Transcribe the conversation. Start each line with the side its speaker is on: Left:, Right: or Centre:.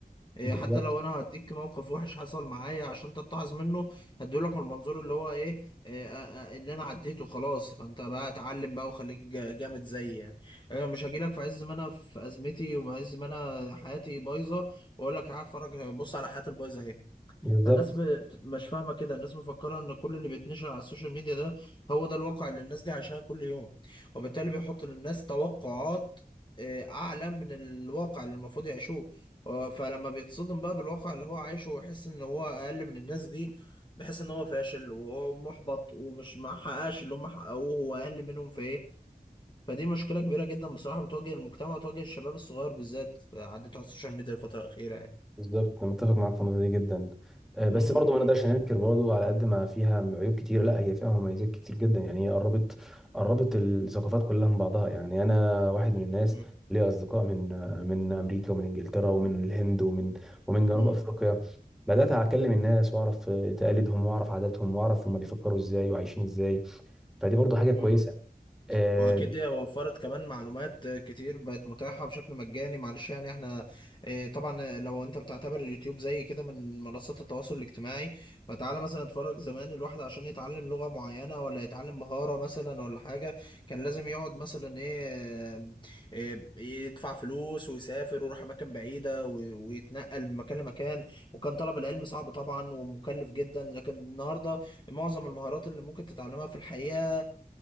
Left: إيه
Centre: بالظبط
Left: حتى لو انا هديك موقف وحش حصل معايا عشان تتعظ منه هديهولك من المنظور اللي هو ايه, إيه آه، آه، اللي انا عديته خلاص فانت بقى اتعلم بقى وخليك جا- جامد زيي يعني انا مش هجيلك في عز ما انا في ازمتي وعز ما انا حياتي بايظه واقول لك تعالى اتفرج بص على حياتي البايظه اهي
Centre: بالظبط
Left: فالناس بت- مش فاهمة كده الناس مفكرة ان كل اللي بيتنشر على السوشيال ميديا ده هو ده الواقع اللي الناس دي عايشاه كل يوم وبالتالي بيحط للناس توقعات آه، اعلى من الواقع اللي المفروض يعيشوه آه، فلما بيتصدم بقى بالواقع اللي هو عايشه ويحس ان هو اقل من الناس دي بيحس ان هو فاشل وهو محبط ومش محققش اللي هم حققوه هو اقل منهم في ايه فدي مشكلة كبيرة جدا بصراحة بتواجه المجتمع وتواجه الشباب الصغير بالذات عدته على السوشيال ميديا الفترة الأخيرة يعني.
Centre: بالظبط أنا متفق معاك في النقطه دي جدا آه، بس
Left: م-
Centre: برضه ما
Left: م-
Centre: نقدرش ننكر برضه على قد ما فيها عيوب كتير لا هي فيها مميزات كتير جدا يعني هي قربت قربت الثقافات كلها من بعضها يعني انا واحد من الناس
Left: م-
Centre: ليا اصدقاء من آه، من امريكا ومن انجلترا ومن الهند ومن ومن جنوب
Left: م-
Centre: افريقيا
Left: م-
Centre: بدات اكلم الناس واعرف آه، تقاليدهم واعرف عاداتهم واعرف هم بيفكروا ازاي وعايشين ازاي فدي برضه حاجه كويسه
Left: مم.
Centre: آه،
Left: واكيد هي وفرت كمان معلومات كتير بقت متاحه بشكل مجاني معلش يعني احنا آه، طبعا لو انت بتعتبر اليوتيوب زي كده من منصات التواصل الاجتماعي فتعالى مثلا اتفرج زمان الواحد عشان يتعلم لغه معينه ولا يتعلم مهاره مثلا ولا حاجه كان لازم يقعد مثلا ايه آه، آه، يدفع فلوس ويسافر ويروح اماكن بعيده و- ويتنقل من مكان لمكان وكان طلب العلم صعب طبعا ومكلف جدا لكن النهارده معظم المهارات اللي ممكن تتعلمها في الحقيقه